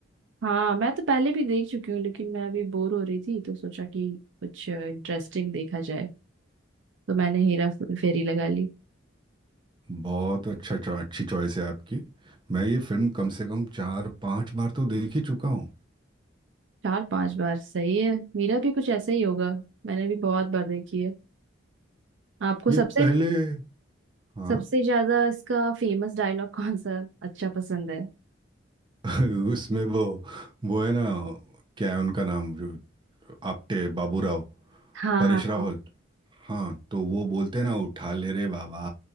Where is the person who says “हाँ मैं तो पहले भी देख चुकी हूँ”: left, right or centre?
Right